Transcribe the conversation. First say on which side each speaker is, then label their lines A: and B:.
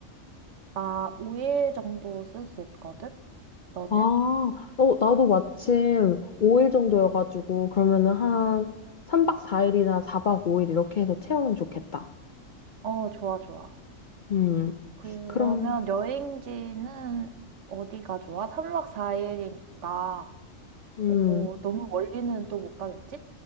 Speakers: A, on the right; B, on the left.
A: 나 5일 정도 쓸 수 있거든? 너는?
B: 아, 어, 나도 마침 5일 정도여가지고, 그러면은 한 3박 4일이나 4박 5일 이렇게 해서 채우면 좋겠다.
A: 어, 좋아, 좋아.
B: 음,
A: 그러면
B: 그럼,
A: 여행지는 어디가 좋아? 3박 4일이니까,
B: 음.
A: 뭐, 너무 멀리는 또 못 가겠지?